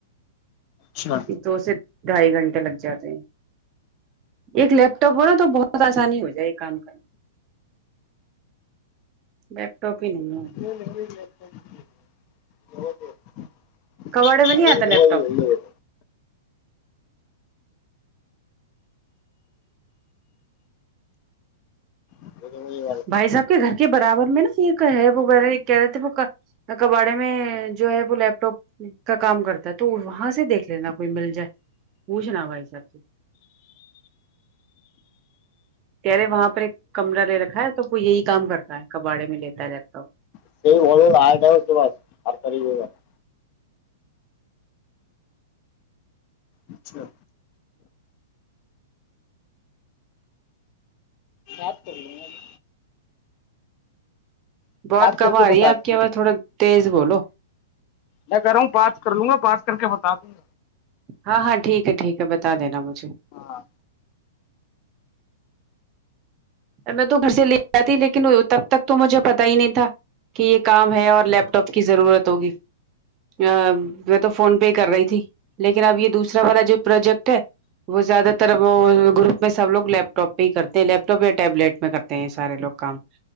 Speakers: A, on the left; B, on the right.
A: چھی بات
B: دو سے ڈھائی گھنٹے لگ جاتے ہیں ایک لیپ ٹاپ ہو نا تو بہت آسانی ہو جائے گی کام کرنے لیپ ٹاپ ہی نہیں ہے
A: <inaudible>
B: کباڑے میں نہیں آتا لیپ ٹاپ
A: <unintelligible>
B: بھائی صاحب کے گھر کے برابر میں نا ایک ہے وو کہہ رہے تھے کباڑے میں جو ہے وہ لیپ ٹاپ کا کام کرتے تو وہاں سے دیکھ لینا کوئی مل جائے پوچھنا بھائی صاحب سے کہہ رہے وہاں پر ایک کمرہ لے رکھا ہے تو وہ یہی کام کرتا ہے کباڑے میں لیتا ہے لیپ ٹاپ
A: <unintelligible> اچھا بات کر لینا جی گا
B: بہت
A: بات کر
B: کم
A: کے
B: آ رہی
A: بتا
B: ہے آپ
A: دوں
B: کی آواز
A: گا
B: تھوڑا تیز بولو
A: میں کہہ رہا ہوں پانچ کر لوں گا پانچ کر کے بتا دوں گا
B: ہاں ہاں ٹھیک ہے ٹھیک ہے بتا دینا مجھے
A: ہاں
B: میں تو گھر سے لے آتی تھی لیکن تب تک تو مجھے پتا ہی نہیں تھا کہ یہ کام ہے اور لیپ ٹاپ کی ضرورت ہوگی ا میں تو فون پے کر رہی تھی لیکن اب یہ دوسری والا جو پروجیکٹ ہے وہ زیادہ تر وہ گروپ میں سب لوگ لیپٹاپ پہ ہی کرتے ہیں لیپ ٹاپ یا ٹیبلیٹ میں کرتے ہیں سارے لوگ کام